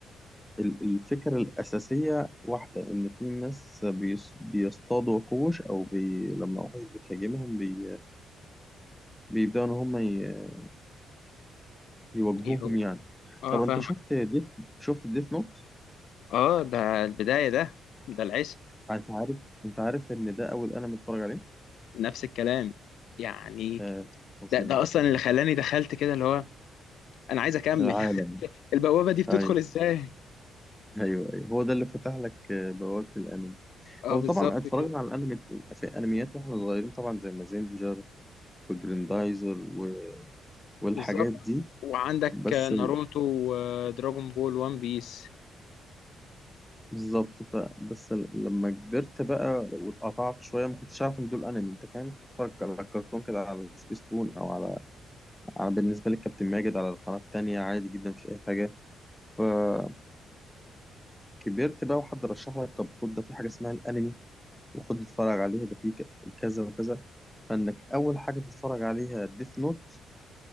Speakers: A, in the centre; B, on the left (about 75°).
A: ال- الفكرة الأساسية واحدة إن في ناس بيص- بيصطادوا وحوش أو بي لما وحوش بتهاجمهم بي بيبدأوا إن هم ي- يواجهوهم
B: يهو-
A: يعني
B: اه
A: طب
B: فاهمك
A: أنت شفت ديث شفت ديث نوت؟
B: اه ده البداية ده ده العشق
A: أنت عارف أنت عارف إن ده أول أنا متفرج عليه؟
B: نفس الكلام يعني
A: آه فظيع
B: ده ده اصلا اللي خلاني دخلت كده اللي هو أنا عايز أكمّل
A: العالم
B: <laughs> البوابة دي بتدخل
A: أيوه
B: إزاي؟
A: أيوه أيوه هو ده اللي فتح لك آه، بوابة الأنمي
B: آه
A: هو
B: بالضبط
A: طبعا اتفرجنا
B: كده،
A: على الانمي في انميات واحنا صغيرين طبعا زي مازينجر وجريندايزر و... والحاجات
B: بالضبط.
A: دي
B: وعندك
A: بس ال-
B: ناروتو ودراجون بول، وان بيس.
A: بالظبط ف... بس ال- لما كبرت بقى واتقطعت شويه ما كنتش عارف ان دول انمي انت فاهم كنت اتفرج على كرتون كده على سبيس تون او على... على بالنسبه للكابتن ماجد على القناه التانيه عادي جدا مش اي حاجه فلما كبرت بقى وحد رشح لك طب خد ده في حاجه اسمها الانمي وخد اتفرج عليها ده في ك- كذا وكذا فانك اول حاجه تتفرج عليها ديث نوت